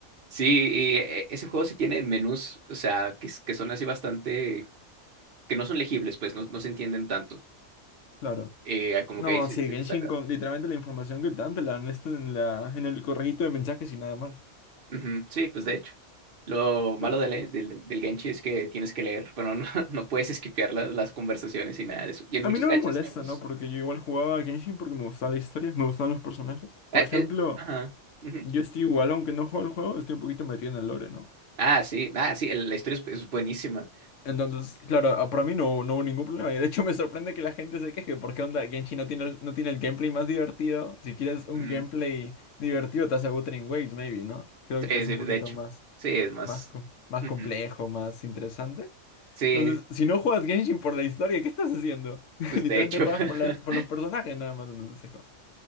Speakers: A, on the right; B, on the left.
A: Sí, y eh, ese juego sí tiene menús, o sea, que, s- que son así bastante que no son legibles, pues no, no se entienden tanto.
B: Claro.
A: Eh, como
B: No,
A: que ahí se,
B: sí,
A: se
B: Genshin
A: te saca.
B: con literalmente la información que te dan te la dan esta en la, en el correjito de mensajes y nada más.
A: Ujú, Sí, pues de hecho. Lo malo
B: Pero
A: de le- del, del Genshi es que tienes que leer, bueno, no, <laughs> no puedes esquipear las, las conversaciones y nada de eso. Y en
B: a
A: muchos
B: mí no
A: gachas
B: me molesta,
A: nuevos.
B: ¿no? Porque yo igual jugaba a Genshin porque me gustaba la historia, me gustaban los personajes. Por
A: eh,
B: ejemplo,
A: eh, ajá. ujú.
B: yo estoy igual, aunque no juego el juego, estoy un poquito metido en el lore, ¿no?
A: Ah, sí, ah, sí, el- la historia es, es buenísima.
B: Entonces, claro, a- para mí no, no hubo ningún problema. Y de hecho <laughs> me sorprende que la gente se queje, porque onda, Genshin no tiene, el- no tiene el gameplay más divertido. Si quieres un
A: Mm,
B: gameplay divertido, te hace Wuthering Waves, maybe, ¿no? Creo
A: sí,
B: que es
A: sí,
B: un
A: de
B: poquito
A: hecho.
B: más,
A: Sí, es más.
B: más, com- más
A: ujú.
B: complejo, más interesante.
A: Sí,
B: Entonces, si no juegas Genshin por la historia, ¿qué estás haciendo? <laughs>
A: pues
B: Literalmente
A: de hecho.
B: juegas
A: <laughs>
B: por, la- por los personajes nada más, entonces es como,